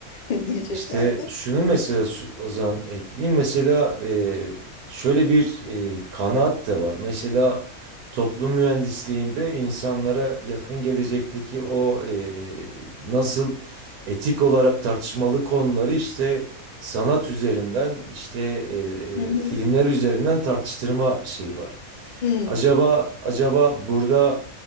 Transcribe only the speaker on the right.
İşte şunu mesela sü- Ozan ekleyeyim. Mesela e, şöyle bir e, kanaat da var. Mesela toplum mühendisliğinde insanlara yakın gelecekteki o e, nasıl etik olarak tartışmalı konuları işte sanat üzerinden işte e,
filmler üzerinden tartıştırma şeyi var.
Acaba acaba burada